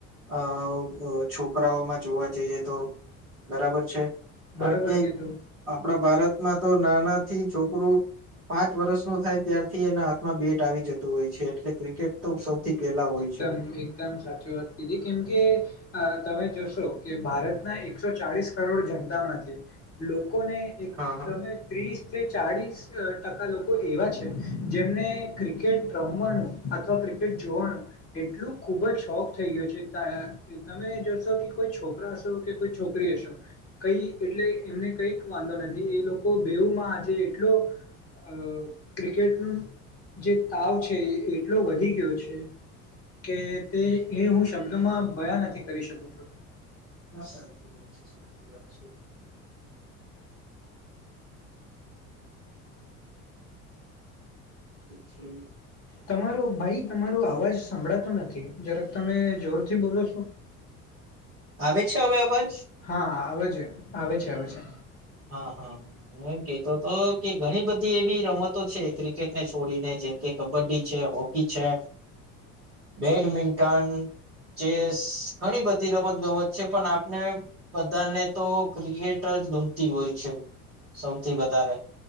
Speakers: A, on the right (about 75°); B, on the left (about 30°).
A: અ વ છોકરાઓમાં જોવા જઈએ તો બરાબર છે કાણ
B: બરોબર
A: કે
B: કીધું
A: આપણા ભારતમાં તો નાનાથી છોકરું પાંચ વરસનો થાય ત્યારથી એના હાથમાં બેટ આવી જતું હોય છે એટલે ક્રિકેટ તો સૌથી પેલા હોય
B: એકદમ
A: છે
B: એકદમ સાચી વાત કીધી કેમ કે આ તમે જોશો કે ભારતના એકસો ચાળીસ કરોડ જનતામાંથી લો કોને એક
A: હા હા
B: તમે ત્રીસ થે ચાળીસ ટકા લોકો એવા છે જેમને ક્રિકેટ રમવાનું અથવા તો ક્રિકેટ જોવાનું એટલું ખુબ જ શોખ થઈ ગયો છે તા કે તમે જોશો કે કોઈ છોકરા અશો કે કોઈ છોક કરી અસો કઈ એટલે કે એમને કઈક વાંધો નથી એ લોકો બેઉમાં આજે એટલો અ ક્રિકેટનો જે તાવ છે એ એટલો વધી ગયો છે. કે તે એ હું શબ્દોમાં બયાં નથી કરી શકતો.
A: હા સાચી વાત છે સાચી વાત છે <unintelligible> <unintelligible>
B: તમારો ભાઈ તમારો અવાજ સંભળાતો નથી જરાક તમે જોરથી બોલો છો.
A: આવે છે હવે અવાજ?
B: હા, આવે છે આવે છે આવે છે.
A: હા હા હું એમ કેતો તો કે ઘણી બધી એવી રમતો છે ક્રિકેટને છોડીને જેમ કે કબડ્ડી છે, હોકી છે, બેડમિન્ટન જે ઘણી બધી રમત ગમત છે પણ આપને બધાને તો ક્રિકેટ જ ગમ તી હોય છે સૌથી વધારે.